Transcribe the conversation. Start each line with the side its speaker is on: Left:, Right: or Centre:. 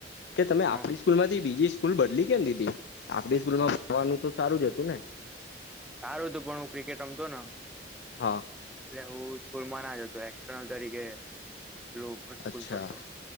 Left: કે તમે આપણી
Centre: હ
Left: સ્કૂલ માંથી બીજી સ્કૂલ બદલી કેમ દીદી <inaudible> આપડી સ્કૂલમાં <inaudible> ભવાનું તો સારું જ હતું ને!
Centre: સારું તું પણ હું ક્રિકેટ રમતો ને,
Left: હા
Centre: એટલે હું સ્કૂલમાં ના જ હતો ત્રણ તારીખે <unintelligible> સ્કૂલ
Left: અચ્છા
Centre: કરતો